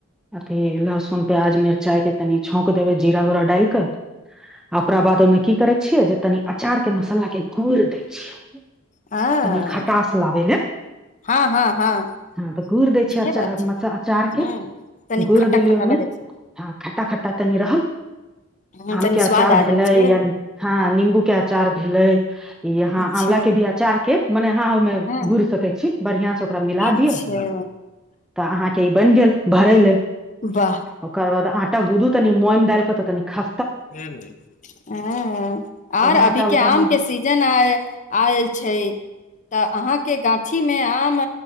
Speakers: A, in the centre; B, on the left.
A: अच ई लहसुन प्याज मिरचाइ के तनी छंक देब जीरा उरा डाइल क। आ ओकरा बाद ओहिमे की करै छियै जे तनी अचारके मसालाक के गूईर दै छियै।
B: आ
A: तनी खटास लाबै लै।
B: हँ - हाँ -हँ।
A: हँ तऽ गुड़ि दै
B: ठीके
A: छै अचार
B: बात
A: म अचारके।
B: ह तनी
A: गुड़
B: खट्टा
A: देली
B: खट्टा
A: ओहिमे
B: लगै छै
A: हँ खट्टा -खट्टा तनि रहल
B: ह
A: आम
B: तनी
A: के अचार
B: स्वाद आ
A: भेले
B: जाइ छै
A: या हँ नम्बू के अचार भेलै ई यहा
B: अच्छा
A: आंवला के भी अचार के मने अहाँ ओहिमे
B: हँ
A: गुड़ि सकै छीयय बढ़ियां से मिला दिय
B: अच्छा
A: त अहाँ के ई बइन गेल भरे ह
B: वाह
A: ओकर बाद आठ। टा गुदू तनी मन दाल पता ख।
B: ह आर
A: तऽ उएह
B: अभीके
A: आटा उटा
B: आम
A: हम
B: के सीजन आय आयल छै। तऽ अहाँके गाछी मे आम